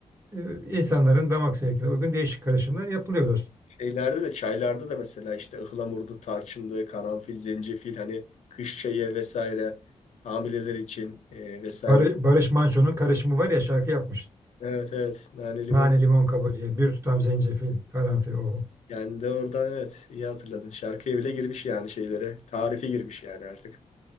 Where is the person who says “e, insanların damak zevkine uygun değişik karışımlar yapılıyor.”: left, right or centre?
Right